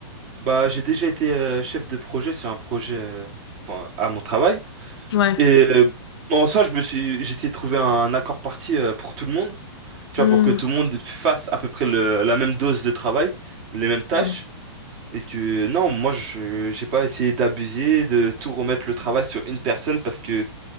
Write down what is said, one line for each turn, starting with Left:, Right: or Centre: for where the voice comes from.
Right: Bah, j'ai déjà été euh, chef de projet sur un projet euh, bon, à mon travail.
Left: Ouais.
Right: Et euh, en soi, je me suis, j'ai essayé de trouver un accord parti euh, pour tout le monde. Tu
Left: Mhm.
Right: vois, pour que tout le monde fasse à peu près le- la même dose de travail, les mêmes tâches.
Left: Ouais.
Right: Et que non, moi je j'ai pas essayé d'abuser, de tout remettre le travail sur une personne parce que